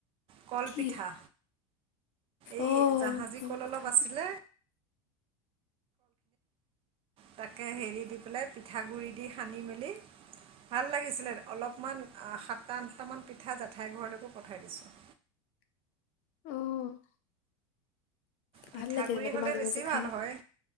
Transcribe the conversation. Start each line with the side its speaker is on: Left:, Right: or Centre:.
Right: কল
Left: কি?
Right: পিঠা এই
Left: অ',
Right: জাহাজী
Left: কলপিঠা।
Right: কল অলপ আছিলে <inaudible> তাকে হেৰি দি পেলাই পিঠাগুড়ি দি সানি মেলি
Left: উ
Right: ভাল লাগিছিলে অলপমান সাতটা আঠটামান পিঠা জেঠাইৰ ঘৰলৈকো পঠাই দিছোঁ।
Left: <inaudible> অ',
Right: পিঠাগুড়ি
Left: ভাল লাগে এনেকে
Right: হ'লে
Left: মাজে
Right: বেছি
Left: মাজে খাই
Right: ভাল হয়।